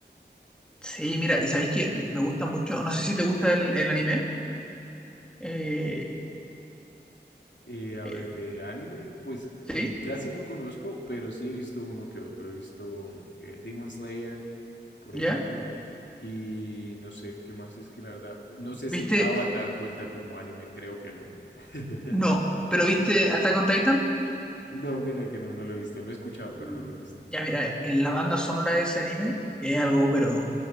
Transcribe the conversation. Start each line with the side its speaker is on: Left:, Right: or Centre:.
Centre: Sí, mira, y sabéis que me gusta mucho, no sé si te gusta el, el anime. Eh,
Left: Eh, a
Centre: eh,
Left: ver, de anime, pues
Centre: ¿sí?
Left: mm, casi no conozco, pero sí he visto uno que otro. He visto mm, eh, Demon Slayer, por
Centre: ¿Ya?
Left: ejemplo. Y no sé, ¿qué más es que la verdad? No sé si
Centre: ¿Viste?
Left: Avatar cuenta como anime, creo que no. <laughs>
Centre: No, pero ¿viste Attack on Titan?
Left: No, mira que no, no lo he visto. Lo he escuchado, pero
Centre: Uh,
Left: no lo he visto.
Centre: ya mira, en la banda sonora de ese anime es algo, pero